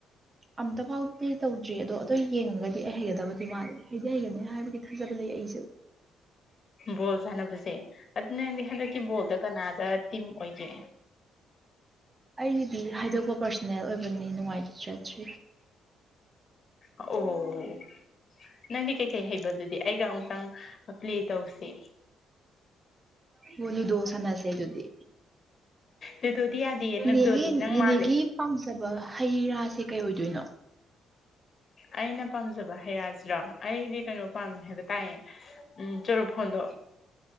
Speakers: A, on the right; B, on the left.
A: ꯑꯝꯇ ꯐꯥꯎꯗꯤ ꯇꯧꯗ꯭ꯔꯤ ꯑꯗꯣ ꯑꯗꯨꯣ ꯌꯦꯡꯉꯒꯗꯤ ꯑꯩ ꯍꯩꯒꯗꯕꯗꯤ ꯃꯥꯜꯂꯦ ꯑꯩꯗꯤ ꯍꯩꯒꯅꯤ ꯍꯥꯏꯕꯒꯤ ꯊꯥꯖꯕ ꯂꯩ ꯑꯩꯖꯨ
B: ꯕꯣꯜ ꯁꯥꯟꯅꯕꯖꯦ ꯑꯗꯨ ꯅꯪꯗꯤ ꯍꯟꯗꯛꯀꯤ ꯕꯣꯜꯗ ꯀꯅꯥꯗ ꯇꯤꯝ ꯑꯣꯏꯒꯦ
A: ꯑꯩꯒꯤꯗꯤ ꯍꯥꯏꯗꯣꯛꯄ ꯄꯥꯔꯁꯣꯅꯦꯜ ꯑꯣꯏꯕꯅꯤ ꯅꯨꯡꯉꯥꯏꯇ꯭ꯔꯦ
B: ꯑꯣ ꯅꯪꯗꯤ ꯀꯩꯀꯩ ꯍꯩꯕꯗꯨꯗꯤ ꯑꯩꯒ ꯑꯃꯇꯪ ꯄ꯭ꯂꯦ ꯇꯧꯁꯦ
A: <unintelligible> ꯂꯨꯗꯣ ꯁꯥꯟꯅꯁꯦ ꯑꯗꯨꯗꯤ
B: ꯂꯨꯗꯣꯗꯤ ꯌꯥꯗꯤꯌꯦ
A: ꯅꯦꯅꯦꯒꯤ
B: ꯂꯨꯗꯣꯗꯤ ꯅꯪ
A: ꯅꯦꯅꯦꯒꯤ
B: ꯃꯥꯜꯂꯦ
A: ꯄꯥꯝꯖꯕ ꯍꯩ ꯔꯥꯁꯦ ꯀꯩ ꯑꯣꯏꯗꯣꯏꯅꯣ
B: ꯑꯩꯅ ꯄꯥꯝꯖꯕ ꯍꯩ ꯔꯥꯁꯤꯔꯣ ꯑꯩꯗꯤ ꯀꯩꯅꯣ ꯄꯥꯝꯃꯦ ꯍꯥꯏꯕ ꯇꯥꯏꯌꯦ ꯎꯝ ꯆꯨꯔꯨ ꯐꯣꯟꯗꯨ